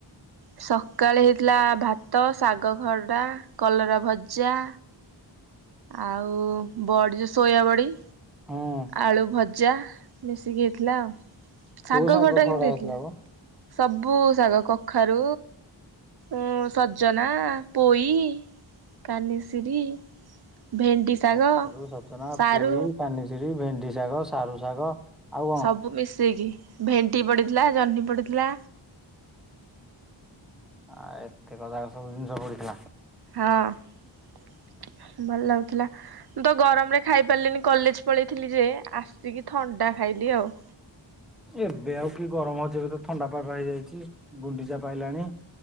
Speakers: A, on the right (about 55°); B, in the centre.
A: ସକାଳେ ହେଇଥିଲା ଭାତ ଶାଗ ଖରଡ଼ା କଲରା ଭଜା। ଆଉ ବଡି ଯୋଉ ସୋୟା ବଡି।
B: ହୁଁ
A: ଆଳୁ ଭଜା ମିଶିକି ହେଇଥିଲା ଆଉ
B: କୋଉ
A: ଶାଗ ଖରଡ଼ା
B: ଖଡା
A: କିନ୍ତ ହେଇଥିଲା।
B: ମ
A: ସବୁ ଶାଗ କଖାରୁ। ଉଁ ସଜନା ପୋଇ କାନିସିରି। ଭେଣ୍ଡି। ଶାଗ
B: କଖାରୁ, ସଜନା,
A: ସାରୁ
B: ପୋଇ, କାନିସିରି, ଭେଣ୍ଡି ଶାଗ, ସାରୁ ଶାଗ। ଆଉ କଣ
A: ସବୁ ମିଶେଇକି ଭେଣ୍ଡି ପଡିଥିଲା, ଜହ୍ନି ପଡିଥିଲା।
B: ଆ ଏତେ <unintelligible> ସବୁ ଜିନିଷ ପଡିଥିଲା।
A: ହଁ ଭଲ ଲାଗୁଥିଲା। ଦ ଗରମରେ ଖାଇ ପାଇଲିନି କଲେଜ ପଳେଇଥିଲି ଯେ ଆସିକି ଥଣ୍ଡା ଖାଇଲି ଆଉ।
B: ଏବେ ଆଉ କି ଗରମ ହଉଛି ଏବେ ତ ଥଣ୍ଡା ପାଗ ହେଇଯାଇଛି ଗୁଣ୍ଡିଚା ପାଇଲାଣି।